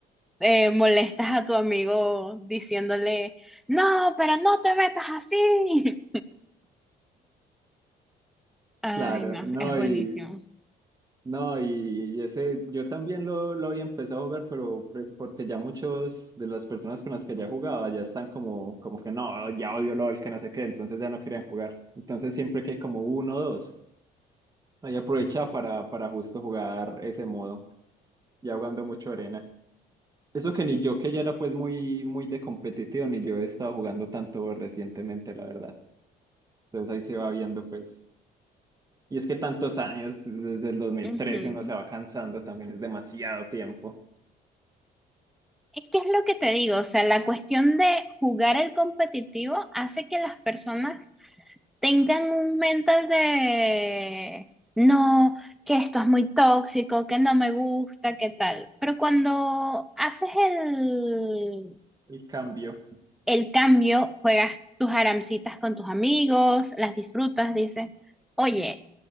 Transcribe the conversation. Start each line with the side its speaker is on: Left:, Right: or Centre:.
Centre: eh, molestas a tu amigo diciéndole, no, pero no te metas así. <laughs> Ay,
Right: Claro,
Centre: no,
Right: no,
Centre: es buenísimo.
Right: y no, y, y ese, yo también lo, lo había empezado a jugar, pero pre- porque ya muchos de las personas con las que ya jugaba ya están como, como que no, ya odio LOL, que no sé qué, entonces ya no querían jugar. Entonces siempre que hay como uno o dos, ahí aprovechaba para, para justo jugar ese modo, ya jugando mucho arena. Eso que ni yo, que ya era pues muy, muy de competitivo, ni yo he estado jugando tanto recientemente, la verdad. Entonces ahí se va viendo pues. Y es que tantos años, desde el dos mil
Centre: Ujú.
Right: trece uno se va cansando, también es demasiado tiempo
Centre: Es que es lo que te digo, o sea, la cuestión de jugar el competitivo hace que las personas tengan un mental de no, que esto es muy tóxico, que no me gusta, que tal. Pero cuando haces el,
Right: el cambio.
Centre: el cambio, juegas tus aramcitas con tus amigos, las disfrutas, dices, oye,